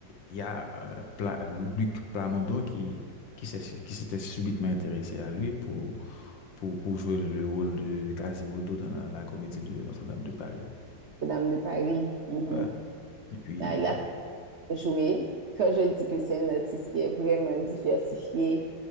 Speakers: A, on the left; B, on the right.
A: il y a euh, Pla- Luc Plamondon qui, qui s'est, qui s'était subitement intéressé à lui pour, pour, pour jouer le rôle de Quasimodo dans la, la comédie de Notre-Dame de Paris.
B: Madame de Paris. mhm.
A: Voilà. Et puis,
B: Ah, il a
A: euh,
B: joué. Quand je dis que c'est un artiste qui est vraiment diversifié